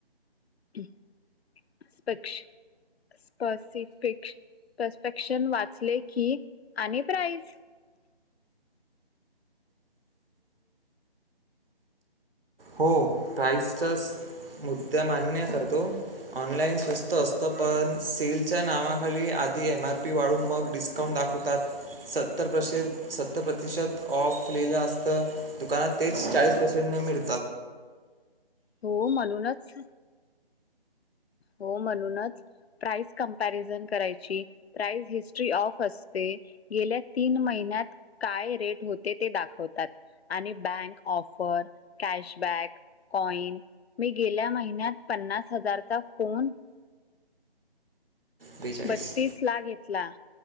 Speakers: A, on the left (about 80°); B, on the right (about 65°).
A: <unintelligible>
B: हो प्राइसचा मुद्दा मान्य करतो ऑनलाइन स्वस्त असत पण सेलच्या नावाखाली आधी एम आरपी वाढून मग डिस्काउंट दाखवतात सत्तर प्रसे सत्तर प्रतिशत ऑफ लिहिलं असत दुकानात तेच चाळीस पर्सेंट न मिळ
A: हो म्हणूनच हो म्हणूनच प्राइज कमपॅरिझन करायची प्राइस हिस्ट्री ऑफ असते गेल्या तीन महिन्यात काय रेट होते ते दाखवतात आणि बँक ऑफर कॅशबॅक, कॉइन मी गेल्या महिन्यात पन्नास हजार चा फोन
B: बेचाळीस
A: बत्तीस ला <unintelligible>